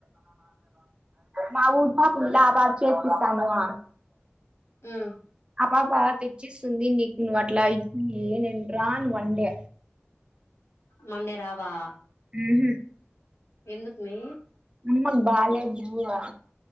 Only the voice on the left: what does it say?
ఉమ్
మండే రావా
ఎందుకు మీ